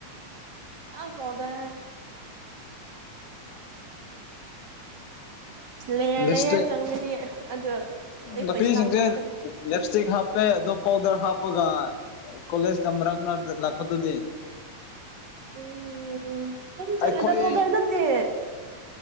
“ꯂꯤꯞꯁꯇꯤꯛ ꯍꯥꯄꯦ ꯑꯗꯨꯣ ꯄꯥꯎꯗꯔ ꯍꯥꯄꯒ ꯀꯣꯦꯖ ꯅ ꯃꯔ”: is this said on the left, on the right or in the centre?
Left